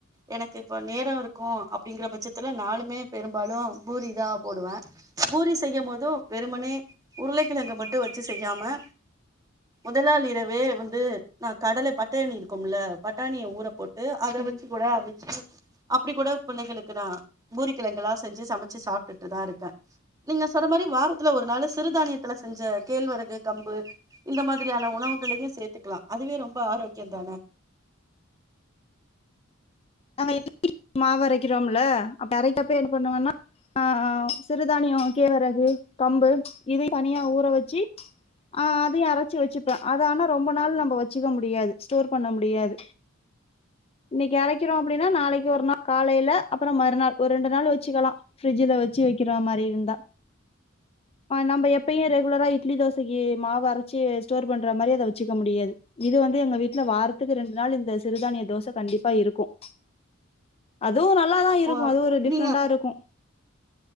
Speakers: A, on the right; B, on the left.
A: எனக்கு இப்ப நேரம் இருக்கும் அப்டிங்கிற பட்சத்துல நளுமே பெரும்பாலும் பூரி தான் போடுவேன் பூரி செய்யும் போதும் வெறுமனே உருளைக்கிழங்க மட்டும் வச்சு செய்யாம முதலாள இரவே வந்து நான் கடல பட்டாணி இருக்கும்ல பட்டாணிய ஊற போட்டு அத
B: உஹம்
A: வச்சு கூட அவுச்சி அப்டி கூட பிள்ளைகளுக்கு நான புரிக்கிழங்கா செஞ்சு சமைச்சு சாப்பட்டுட்டுதான் இருக்கேன் நீங்க சொற மாரி வாரத்துல ஒரு நாலு சிறுதானியத்துல செஞ்ச கேழ்வரகு கம்பு இந்த மாரியான உணவுகளையும் சேர்த்துக்கலாம் அதுவே ரொம்ப ஆரோக்கியம்தானே
B: நா இ மாவுரைக்கிறோம்ல அப்ப இறைக்கப்ப என்ன பண்ணுவன்னா ஆ சிறுதானியம் கேவரகு கம்பு இதயும் தனியா ஊற வச்சு ஆஹ் அதையும் அரைச்சு வச்சுப்பேன் அத ஆனா ரொம்ப நாள் நம்ம வச்சுக்க முடியாது ஸ்டோர் பண்ண முடியாது இன்ன வைக்கிறோம் அப்டின்னா நாளைக்கு ஒரு நாள் காலையில அப்பறம் மறுநாள் ஒரு ரெண்டு நாள் வச்சுக்கலாம் ஃபரிஜல வச்சு வைக்கிற மாரி இருந்தா நம்ம எப்பயும் ரெகுலரா இட்லி தோசைக்கு மாவு அரைச்சி ஸ்டோர் பண்ற மாரி அத வச்சுக்க முடியாது இது வந்து எங்க வீட்டல வாரத்துக்கு ரெண்டு நாள் இந்த சிறுதானிய தோச கண்டிப்பா இருக்கும் அதுவும் நல்லாதான் இருக்கும்
A: ஓ
B: அது ஒரு டிஃப்ரெண்டண்டா
A: நீங்க
B: இருக்கும்